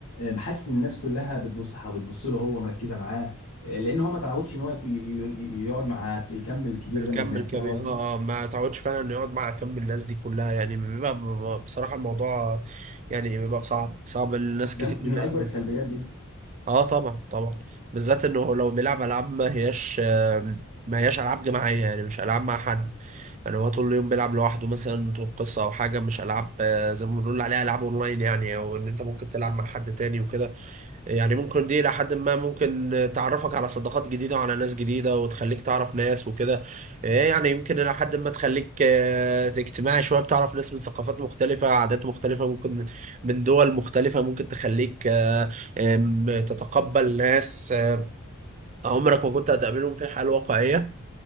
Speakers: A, on the left; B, on the right.
A: حاسس ان الناس كلها بتبص بتبص له هو مركزة معاه آه، لان هو ما تعودش ان هو يكو- ي- ي- يقعد مع الكم الكبير
B: الكم
A: ده من الناس
B: الكبير
A: فاهم قصدي؟
B: اه آه، ما تعودش فعلا انه يقعد مع كم الناس دي كلها يعني بيبقى بيبقى- بصراحة الموضوع يعني بيبقى صعب صعب لناس
A: ده
B: كتير لأن-
A: دي من اكبر السلبيات دي
B: اه طبعا طبعا بالذات انه لو بيلعب العاب ما هياش آه، ما هياش العاب جماعية يعني مش العاب مع حد يعني هو طول اليوم بيلعب لوحده مثلا طول قصة أو حاجة مش ألعاب آه، زي ما بنقول عليها ألعاب أونلاين يعني أو إن أنت ممكن تلعب مع حد تاني وكده يعني ممكن دي إلى حد ما ممكن آه، تعرفك على صداقات جديدة وعلى ناس جديدة وتخليك تعرف ناس وكده آه، يعني يمكن إلى حد ما تخليك آه، اجتماعي شوية بتعرف ناس من ثقافات مختلفة عادات مختلفة ممكن من دول مختلفة ممكن تخليك آه، آم، تتقبل ناس آه، عمرك ما كنت هتقابلهم في الحياة الواقعية